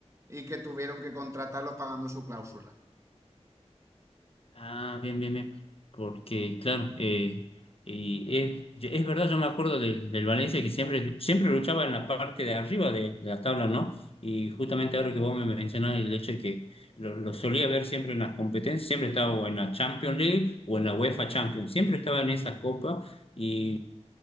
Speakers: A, on the right (about 25°); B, on the left (about 55°).
A: y que tuvieron que contratarlo pagando su cláusula.
B: Ah, bien, bien, bien. Porque, claro, eh, y es, es verdad, yo me acuerdo del, del Valencia que siempre, siempre luchaba en la parte de arriba de, de la tabla, ¿no? Y justamente ahora que vos me mencionás el hecho de que lo, lo solía ver siempre en las competencias, siempre estaba o en la Champions League o en la UEFA Champions, siempre estaba en esa copa y